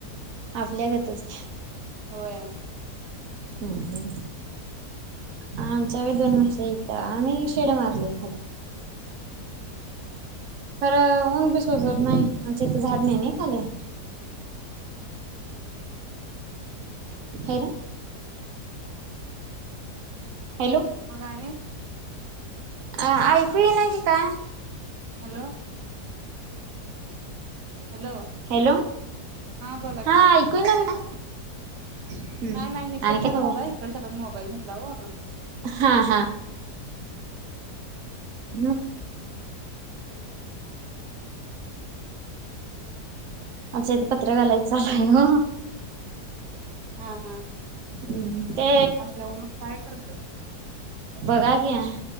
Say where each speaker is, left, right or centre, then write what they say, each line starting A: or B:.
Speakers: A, on the right (about 60°); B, on the right (about 75°).
A: आपल्या गतच
B: होय
A: हम् ह आमच्या व दोन म्हशी इथं आम्ही शेड मारले खरं ऊन बी सोसत नाही आमच्या इथं झाड नाही ना खाली. हेट हॅलो
B: मग आणि
A: अ ऐकू ये ना की का
B: हॅलो हॅलो
A: हॅलो
B: बोला की
A: हा ऐकू येई ना का हम्
B: नाही नाही इकडच्यागत
A: आणि काय
B: होता इकडच्या हातात मोबाईल होता ओ
A: हा हा म आमचं इथे पत्र घालायचंय ओ.
B: हा हा
A: हम् ते
B: असल्या मग काय करत्यात
A: बघा घ्या